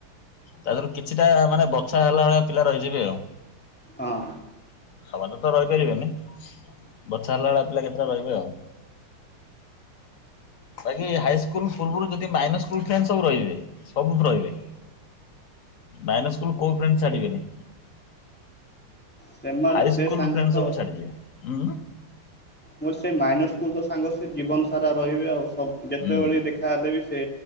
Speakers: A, on the left (about 60°); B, in the centre.
A: ତା ଦେହରୁ କିଛିଟା ମାନେ ବଛା ହେଲା ଭଳିଆ ପିଲା ରହିଯିବେ ଆଉ।
B: ହଁ।
A: ସମତେ ତ ରହିପାରିବେନି ବଛା ହେଲା ଭଳିଆ ପିଲା କେତେଟା ରହିବେ ଆଉ। ବାକି
B: କିନ୍ତୁ
A: ହାଇ ସ୍କୁ ସ୍କୁଲ ପୂର୍ବରୁ ଯଦି ମାଇନସ୍ ସ୍କୁଲ ଫେଣ୍ଡ ସବୁ ରହିବେ ସବୁ ରହିବେ। ମାଇନସ୍ ସ୍କୁଲ୍ କୋଉ ଫ୍ରେଣ୍ଡ୍ ଛାଡ଼ିବେନି।
B: ସେମାନେ
A: ହାଇ
B: ସେ
A: ସ୍କୁଲ୍
B: ସାଙ୍ଗ
A: ଫ୍ରେଣ୍ଡ୍
B: ତ
A: ସବୁ ଛାଡ଼ି ଯିବେ ହୁଁ।
B: ମୋର ସେ ମାଇନସ୍ ସ୍କୁଲର ସାଙ୍ଗ ସେ ଜୀବନ ସାରା ରହିବେ ଆଉ। ସ ଯେତେବେଳେ
A: ହୁଁ
B: ଦେଖା ହେଲେ ବି ସେ